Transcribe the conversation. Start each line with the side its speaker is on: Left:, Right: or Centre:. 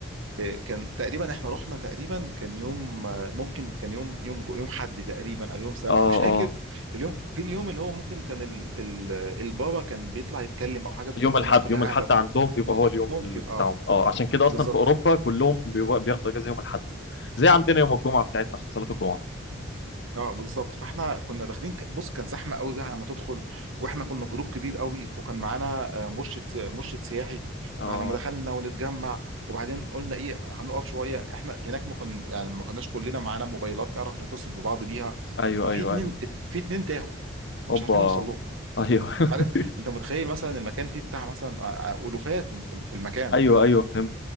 Right: آه، كان تقريبا احنا رحنا تقريبا كان يوم آه، ممكن كان يوم يوم جو- يوم حد تقريبا او يوم سبت
Left: اه
Right: مش فاكر
Left: اه
Right: اليوم في اليوم اللي هو ممكن كان ال... ال... البابا كان بيطلع يتكلم او حاجة زي
Left: يوم
Right: كده فالناس
Left: الاحد
Right: كلها
Left: يوم
Right: قاعدة
Left: الاحد عندهم بيبقى
Right: م-
Left: هو اليوم
Right: ممكن
Left: ال- بتاعهم
Right: اه
Left: اه عشان كده
Right: بالظبط
Left: اصلا في اوروبا كلهم بيبقى- بياخدوا اجازة يوم الاحد زي عندنا يوم الجمعة بتاعتنا عشان صلاة الجمعة
Right: اه بالظبط فاحنا كنا داخلين ك- بص كان زحمه قوي بقى على ما تدخل واحنا كنا جروب كبير قوي وكان معانا آه، مرشد مرشد سياحي
Left: اه
Right: فعلى ما دخلنا ونتجمع وبعدين قلنا ايه هنقف شويه احنا هناك ما كنا يعني ما كناش كلنا معانا موبايلات نعرف نتصل ببعض بيها
Left: ايوه
Right: ففي
Left: ايوه
Right: اتنين
Left: ايوه
Right: في اتنين تاهوا مش
Left: اوبا
Right: عارفين نوصل لهم
Left: ايوه
Right: انت
Left: <laughs>
Right: عارف انت متخيل مثلا المكان فيه بتاع مثلا آه، آه، الوفات في في المكان
Left: ايوه ايوه فهمت